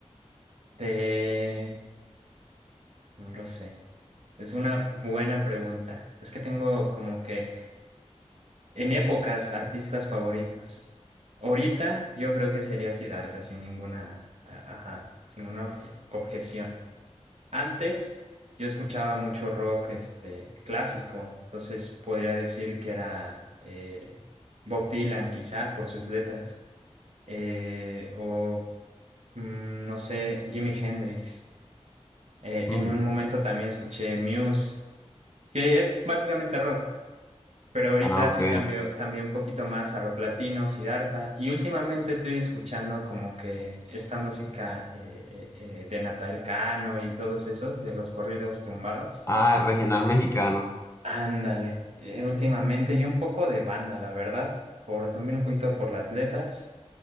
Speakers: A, on the right; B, on the left.
A: De... No lo sé. Es una buena pregunta. Es que tengo como que En épocas, artistas favoritos. Ahorita yo creo que sería Siddhartha sin ninguna, a- ajá, sin ninguna obje- objeción. Antes yo escuchaba mucho rock este, clásico, entonces podría decir que era eh, Bob Dylan quizá por sus letras, eh, o mm, no sé, Jimi Hendrix. Eh,
B: Mm,
A: en un momento también escuché Muse, que es básicamente rock. Pero ahorita
B: Ah, ok.
A: sí cambio, cambié un poquito más a rock latino, Siddhartha, y últimamente estoy escuchando como que esta música eh, eh, eh, de Natal Cano y todos esos, de los corridos tumbados.
B: Ah, regional mexicano.
A: Ándale, eh, últimamente y un poco de banda, la verdad, por, también un poquito por las letras.